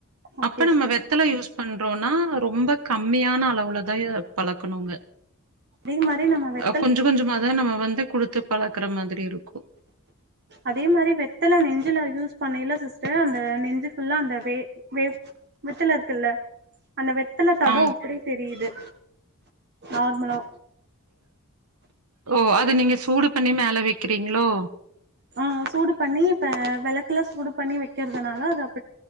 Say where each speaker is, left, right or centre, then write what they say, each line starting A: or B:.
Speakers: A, on the right; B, on the right.
A: ஓகே
B: அப்ப நம்ம
A: சிஸ்டர்
B: வெத்தல யூஸ் பண்றோனா ரொம்ப கம்மியான அளவுலதாய பழக்கணுங்க
A: தே மாரி நம்ம வெ
B: கொஞ்ச கொஞ்சமா தா நம்ம வந்து கொடுத்து பழக்கற மாதிரி இருக்கு
A: அதே மாரி வெத்தல நெஞ்சுல யூஸ் பண்ணைல சிஸ்டர் அந்த நெஞ்சு ஃபுல்லா அந்த வே வெ வெத்தல இருக்குல்ல அந்த வெத்தல தடொ
B: ஆ
A: அப்டே தெரியுது நார்மலா
B: ஓ அது நீங்க சூடு பண்ணி மேல வைக்கிறீங்களோ
A: ஆ சூடு பண்ணி இப்ப வெளக்குல சூடு பண்ணி வைக்கிறதுனால அது அப்